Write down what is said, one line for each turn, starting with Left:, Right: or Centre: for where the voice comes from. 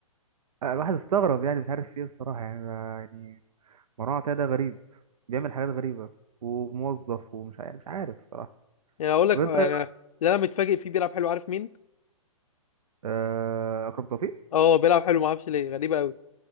Right: أنا الواحد استغرب يعني مش عارف فيه بصراحة يعني ده- يعني مروان عطية ده غريب بيعمل حاجات غريبة وموظف ومش عارف مش عارف بصراحة
Left: يعني اقول لك
Right: طب انت
Left: آه،
Right: إيه
Left: يعني
Right: رأيك؟
Left: اللي انا متفاجئ فيه بيلعب حلو عارف مين
Right: آه، اكرم توفيق
Left: اه بيلعب حلو ما اعرفش ليه غريبه قوي